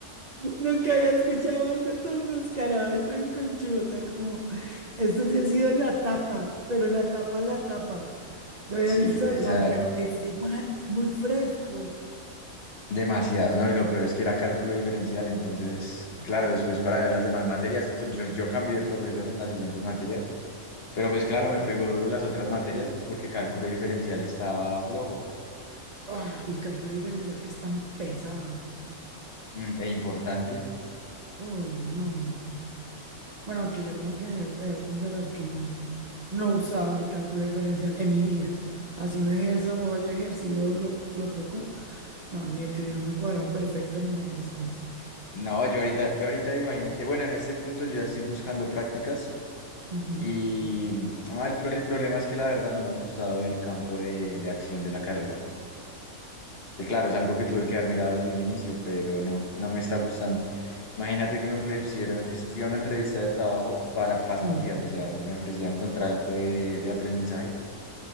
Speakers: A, on the right; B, on the left.
A: Nunca había escuchado algo tan descarado y tan conchudo. O sea, como esto sí ha sido la tapa, pero la tapa, la tapa. Yo había
B: Sí,
A: visto de
B: esa,
A: todo, pero este man, muy fresco.
B: Demasiado, no, y lo peor es que era cálculo diferencial, entonces, claro, después para ver las demás materias, pues, yo, yo cambié de profesor en las siguientes materias, pero pues claro, me pegó duro las otras materias, pues porque cálculo diferencial estaba flojo
A: Ah, y cálculo diferencial que es tan pesado.
B: mm, e importante.
A: Uy, no. Bueno, aquí yo como ingeniero te debo confesar que no, no he usado el cálculo diferencial en mi vida. Así no ejerzo o haya ejercido lo, lo poco. No, ni el trinomio cuadrado perfecto ni nada de esas cosas.
B: No, yo ahorita, yo ahorita imagínate, bueno, en este punto yo ya estoy buscando prácticas
A: Ujú.
B: y mm, no, el, pro- el problema es que la verdad no me ha gustado el campo de, de acción de la carrera, que claro, es algo que tuve que haber mirado desde un inicio, pero no, no me está gustando. Imagínate que me ofrecieron, es- fui a una entrevista de trabajo para pasantías,
A: Mm.
B: o sea, me ofrecían contrato de, de aprendizaje,